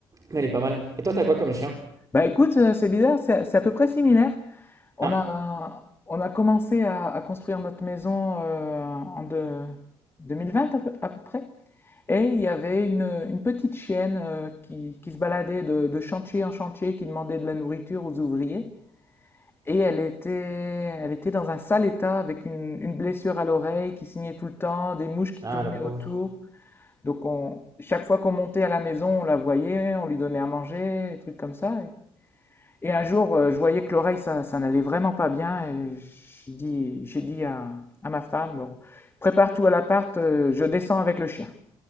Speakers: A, on the right (about 30°); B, on the left (about 20°).
A: mais elle est pas mal. Et toi, t'as quoi comme chien?
B: Bah écoute, euh, c'est bizarre, c'est c'est à peu près similaire. On
A: Ah,
B: a, on a commencé à, à construire notre maison euh, en de- 2020 à peu, à peu près. Et il y avait une, une petite chienne euh, qui, qui se baladait de, de chantier en chantier, qui demandait de la nourriture aux ouvriers. Et elle était, elle était dans un sale état avec une, une blessure à l'oreille qui signait tout le temps, des mouches qui
A: ah,
B: tournaient
A: la pauvre.
B: autour. Donc on, chaque fois qu'on montait à la maison, on la voyait, on lui donnait à manger, des trucs comme ça. Et un jour, euh, je voyais que l'oreille, ça, ça n'allait vraiment pas bien. Et j'ai dit, j'ai dit à, à ma femme, Bon, prépare tout à l'appart, euh, je descends avec le chien.